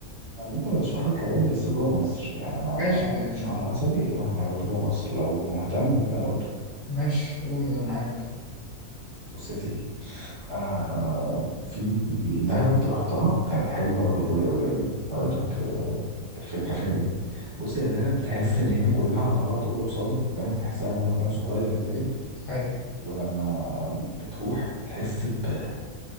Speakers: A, on the right (about 40°); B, on the left (about 60°).
A: انا ممكن ارشح لك حاجات بس جوه مصر يعني انا
B: ماشي يعني
A: في شهر عسلي رحت حاجات جوه مصر لو مهتم ممكن اقول لك
B: ماشي قول أنا معاك
A: بص يا سيدي انا آه، في دهب رحتها كانت حلوه قوي قوي قوي قوي
B: مم.
A: هقول لك آه، الفكره فيها ايه بص يا دهب تحس ان هي كلها على بعض اوضه وصاله فاهم تحسها هو مكان صغير كده
B: أيوة
A: ولما بتروح بتحس ب